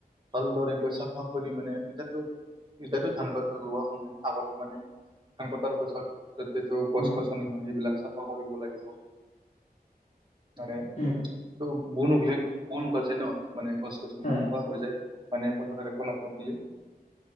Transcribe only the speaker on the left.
উম
হয় উম উম
হয়